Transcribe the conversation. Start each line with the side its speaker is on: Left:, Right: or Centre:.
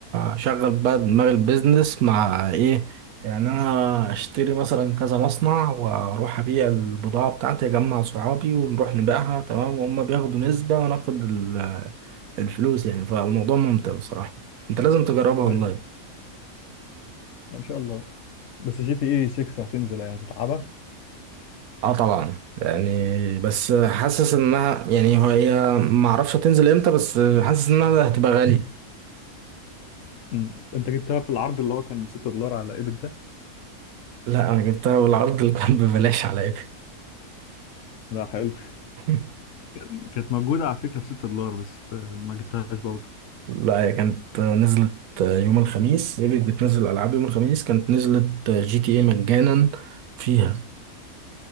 Right: بشغل بقى دماغ البيزنس مع ايه يعني انا اشتري مثلا كذا مصنع واروح ابيع البضاعة بتاعتي اجمع صحابي ونروح نبيعها تمام وهم بياخدوا نسبة وانا اخد ال- الفلوس يعني فالموضوع ممتع بصراحة انت لازم تجربها اونلاين
Left: ايوه ان شاء الله بس جي تي اي 6 هتنزل يعني هتتعبها
Right: اه طبعا يعني بس حاسس انها يعني هو هي ما اعرفش هتنزل امتى بس حاسس انها هتبقى غالية
Left: أمم. انت جبتها في العرض اللي هو كان 6 دولار على ايبك ده
Right: لا انا جبتها بالعرض اللي كان ببلاش عليا
Left: لا حلو
Right: <laughs>
Left: كان- كانت موجوده على فكره ب 6 دولار بس آه، ما جبتهاش برضه
Right: لا هي كانت نزلت يوم الخميس ايبك بتنزل العاب يوم الخميس كانت نزلت جي تي اي مجانا فيها